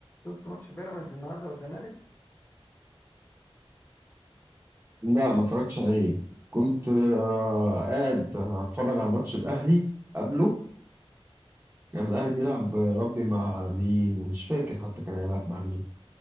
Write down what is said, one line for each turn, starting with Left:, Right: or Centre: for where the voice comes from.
Left: شفت ماتش بيراميدز النهارده والزمالك
Right: لا ما اتفرجتش عليه كنت آه قاعد اتفرج على ماتش الاهلي قبله كان الاهلي بيلعب آه، ربي مع مين مش فاكر حتى كان هيلعب مع مين